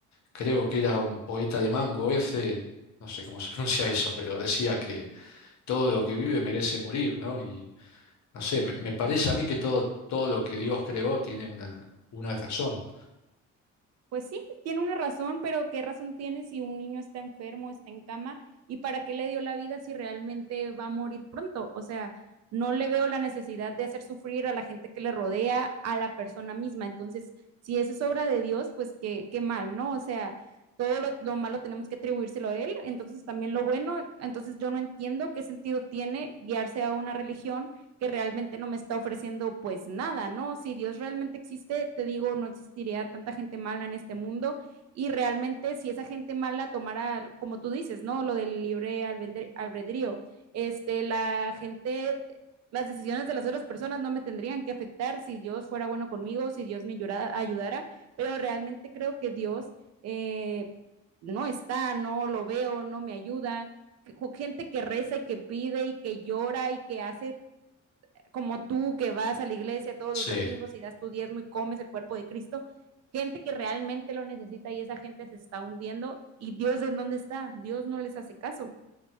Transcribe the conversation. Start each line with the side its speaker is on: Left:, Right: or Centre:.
Left: Creo que era un poeta alemán, Goethe, no sé cómo se <laughs> pronuncia eso, pero decía que todo lo que vive merece morir, ¿no? No sé, me, me parece a mí que todo, todo lo que Dios creó tiene una, una razón.
Right: Pues sí, tiene una razón, pero ¿qué razón tiene si un niño está enfermo, está en cama? ¿Y para qué le dio la vida si realmente va a morir pronto? O sea, no le veo la necesidad de hacer sufrir a la gente que le rodea, a la persona misma. Entonces, si eso es obra de Dios, pues qué, qué mal, ¿no? O sea, todo lo, lo malo tenemos que atribuírselo a Él, entonces también lo bueno. Entonces, yo no entiendo qué sentido tiene guiarse a una religión que realmente no me está ofreciendo pues nada, ¿no? Si Dios realmente existe, te digo, no existiría tanta gente mala en este mundo y realmente si esa gente mala tomara, como tú dices, ¿no? Lo del libre albedrío, este, la gente las decisiones de las otras personas no me tendrían que afectar si Dios fuera bueno conmigo, si Dios me ayudara, ayudara pero realmente creo que Dios eh, no está, no lo veo, no me ayuda. Gente que reza y que pide y que llora y que hace como tú que vas a la iglesia todos
Left: Sí.
Right: los domingos y das tu diezmo y comes el cuerpo de Cristo, gente que realmente lo necesita y esa gente se está hundiendo y Dios en dónde está, Dios no les hace caso.